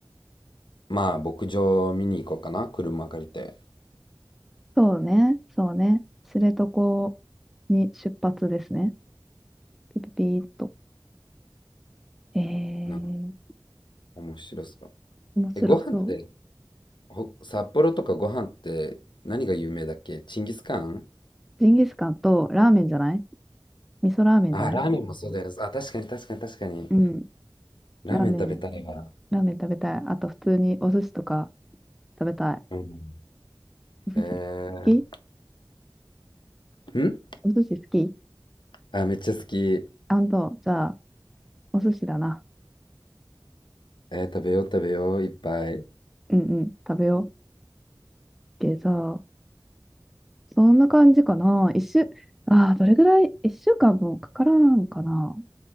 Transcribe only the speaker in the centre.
そうね。そうね。知床に出発ですね。ピピピーっと。えー、
面白そう。
ジンギスカンとラーメンじゃない味噌ラーメンじゃない
うん。
ラーメン。ラーメン食べたい。あと普通にお寿司とか食べたい。
お寿司好き
お寿司好き
アンド、じゃあ、お寿司だな。
うんうん、食べよう。でじゃあ、そんな感じかな。一週、ああ、どれぐらい、一週間もかからんかな。